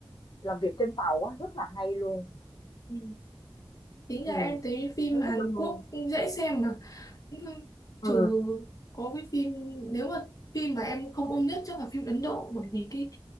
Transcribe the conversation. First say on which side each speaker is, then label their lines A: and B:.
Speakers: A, on the left; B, on the left.
A: làm việc trên tàu á, rất là hay luôn.
B: ừ. Tính
A: Ừ,
B: ra em thấy phim
A: nó
B: Hàn
A: rất là hay.
B: Quốc dễ xem mà Nhưng
A: Ừ.
B: trừ có cái phim nếu mà phim mà em không ưng nhất chắc là phim Ấn Độ bởi vì cái